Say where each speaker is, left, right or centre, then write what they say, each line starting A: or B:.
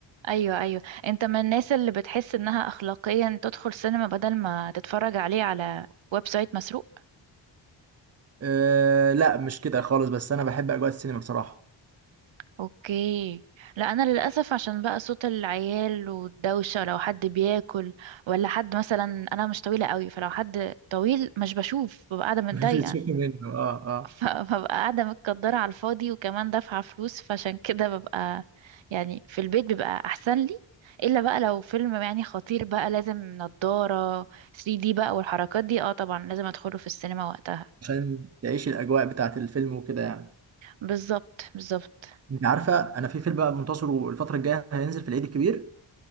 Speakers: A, on the right (about 80°); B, on the right (about 35°).
A: ايوه ايوه انت من الناس اللي بتحس انها اخلاقيا تدخل سينما بدل ما تتفرج عليه على ويب سايت مسروق
B: أه لا مش كده خالص بس انا بحب اجواء السينما بصراحة
A: اوكي لا انا للاسف عشان بقى صوت العيال والدوشه لو حد بياكل ولا حد مثلا انا مش طويله قوي فلو حد طويل مش بشوف ببقى
B: <laughs>
A: قاعده متضايقه
B: مش بتشوف منه اه اه
A: ف- فببقى قاعدة متقدرة على الفاضي وكمان دافعة فلوس فعشان كده ببقى يعني في البيت بيبقى أحسن لي إلا بقى لو فيلم يعني خطير بقى لازم نضارة 3D بقى والحركات دي اه طبعا لازم أدخله في السينما وقتها
B: عشان تعيش الاجواء بتاعت الفيلم وكده يعني
A: بالظبط بالظبط
B: انت عارفة انا في فيلم بقى منتصر الفترة الجاية هينزل في العيد الكبير